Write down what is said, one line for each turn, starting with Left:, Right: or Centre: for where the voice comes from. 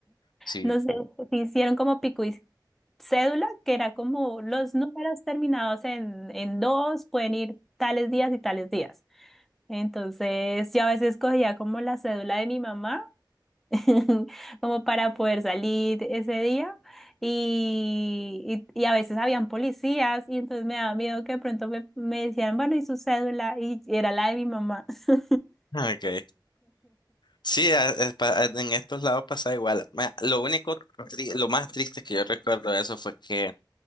Left: Sí,
Centre: No sé,
Left: sí.
Centre: se hicieron como pico y cédula, que era como los números terminados en, en dos pueden ir tales días y tales días. Entonces yo a veces cogía como la cédula de mi mamá <laughs> como para poder salir ese día. Y, y, y a veces habían policías y entonces me daba miedo que de pronto me, me decían, bueno, ¿y su cédula? Y era la de mi mamá. <laughs>
Left: Okay. Sí, a- es pa- en estos lados pasa igual. Ma- Lo único, tri- lo más triste que yo recuerdo de eso fue que